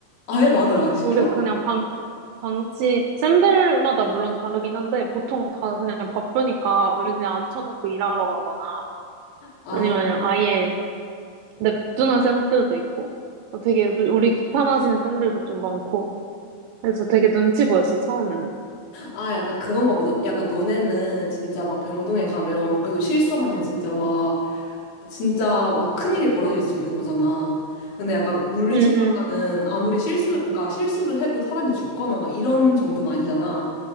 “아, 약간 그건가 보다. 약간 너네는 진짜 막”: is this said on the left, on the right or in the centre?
Left